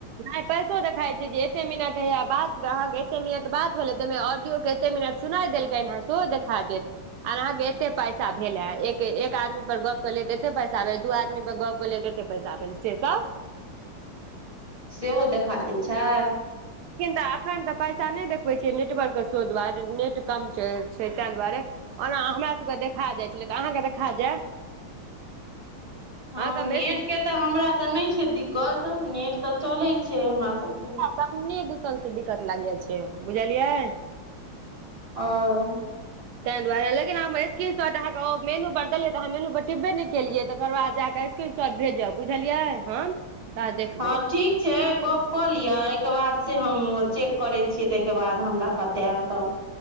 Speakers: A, on the right (about 80°); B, on the right (about 15°).
A: नहि पैसो देखाइत छै जे एते मिनट हय बात अहाँ के एते मिनट बात भेलै ता में ऑडियो के मिनट सुनाय देलकनि हे सेहो देखा देत आर अहाँ के एते पैसा भेल हेत एक आदमी पर गप्प केलियै तऽ एते पैसा भेल दू आदमी पर गप्प केलियै त पैसा भैल से त
B: सेहो देखा दै छै
A: लेकिन त एखन त पैसा नहि देखबै छियै नेटवर्क के शो दुआरे नेट कम छै ताहि दुआरे ओना हमरा सबके देखा जाइ छलै त अहाँके देखा जाय
B: <unintelligible> हँ
A: अहाँके
B: नेट के त हमरा त नहि छै दिक्कत नेट त चले छै हमरा सबके
A: तने दिसन से दिक्कत लागे छै बुझलियै
B: ओ उ
A: तैए दुआरे लेकिन हमर स्क्रीन शॉट अहाँ के मेनू पर देलियै त अहाँ मेनू पर टिपबै नै केलियै तकर बाद जाकऽ स्क्रिनशॉट भेजब बुझलियै हम तऽ अहाँ देखबै
B: हाँ ठीक छै गप क लिए एहिके बाद से हम चेक करै छियै ताहिके बाद हमरा बतायब तब